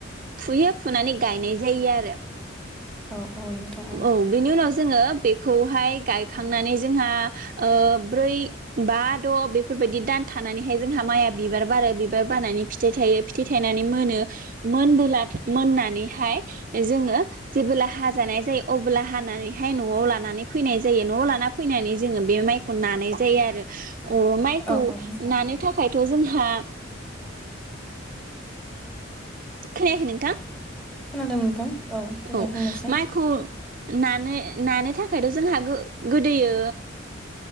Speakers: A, on the right; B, in the centre.
A: फुयो फुनानै गायनाय जायो आरो
B: औ औ नोंथां
A: औ बिनि उनाव जोङो बे खौहाय गायखांनानै जोंहा ओ ब्रै बा द बेफोरबायदि दान थानानैहाय जोंहा माइ बिबार बारो बिबार बारनानै फिथाइ थायो फिथाइ थायनानै मोनो मोनबोला मोननानैहाय जोङो जेबोब्ला हाजानाय जायो अला हानानैहाय नआव लानानै फैनाय जायो नआव लाना फैनानै जोङो बे माइखौ नानाय जायो आरो माइखौ
B: औ औ नोंथां
A: नानो थाखाय जोंहा खोनायाखै नोंथां
B: खोनादों नोंथां देलाय
A: औ
B: बुंनायसाय
A: माइखौ नानो नानो थाखायथ जोंहा गोदोयो